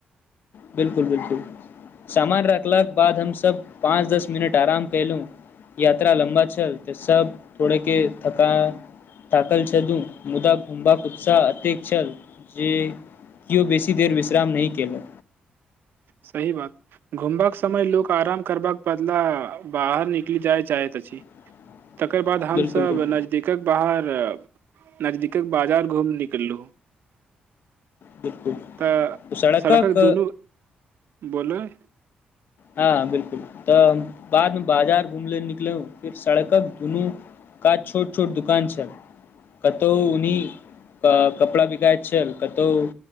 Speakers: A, on the left; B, on the right.
A: बिलकुल बिलकुल सामान रखलाक बाद हम सब पाँच दस मिनट आराम केएलू। यात्रा लम्बा छल तऽ सब थोड़े के थकान थाकल छदू, मुदा घुमबाक उत्साह अतेक छल जे केओ बेसी देर विश्राम नहि केलहुं।
B: सही बात घुमबाक समय लोक आराम करबाक बदला बाहर निकलि जाय चाहैत अछि।
A: <inaudible>
B: तकर बाद हमसब
A: बिल्कुल बिल्कुल
B: नजदीकक बाहर नजदीकक बाजार घूम निकललहुँ।
A: बिल्कुल
B: तऽ
A: तो सड़कक
B: सड़क दुनू बोलह
A: हँ बिलकुल तऽ बादमे बाजार घुमले निकलु फिर सड़कक दुनू कात छोट छोट दुकान छल, कतौह उनी कपड़ा बिकायत छल कतहु